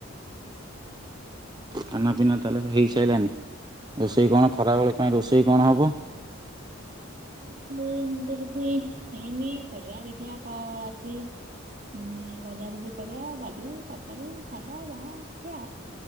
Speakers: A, on the right; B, on the right.
A: ଖାନାପିନା ତାହେଲେ ହେଇସାଇଲାନି ରୋଷେଇ କଣ ଖରା ବେଳକୁ? <unintelligible> ରୋଷେଇ କଣ ହେବ?
B: ଆଜି ରୋଷେଇ ସେମିତି କିଛି ହେଇନି କରିବା ଦେଖିବା କଣ ଅଛି? ହୁଁ ଭଜା ଭୁଜିଆ କରିବା ଡାଲି ତରକାରୀ ଶାଗ ଯାହା ଅଛି ଆଉ